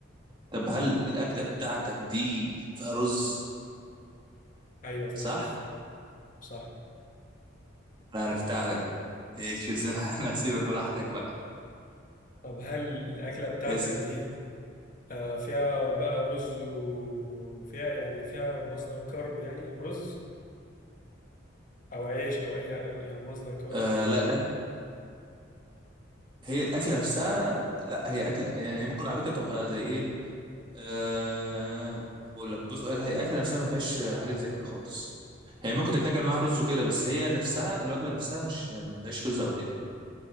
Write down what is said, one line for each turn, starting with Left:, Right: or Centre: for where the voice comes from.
Right: طب هل الأكلة بتاعتك دي فيها رز
Left: أيوة فيها
Right: صح
Left: رز صح
Right: انا عرفتها على فكرة. ماشي بس انا <laughs> انا هسيبك براحتك بقى
Left: طب هل الأكلة بتاعتك
Right: اسأل
Left: دي آه، فيها بقى رز وفيها يعني فيها مصدر كرب يعني رز أو عيش أو أي يعني مصدر كرب
Right: آه لا لا هي الأكلة نفسها لا هي أكلة يعني هي ممكن على فكرة تبقى زي ايه أه... اقول لك بص هي الاكله نفسها ما فيهاش حاجات زي كده خالص هي ممكن تتاكل معاها رز وكده بس هي نفسها الوجبه نفسها مش ما فيهاش رز او كده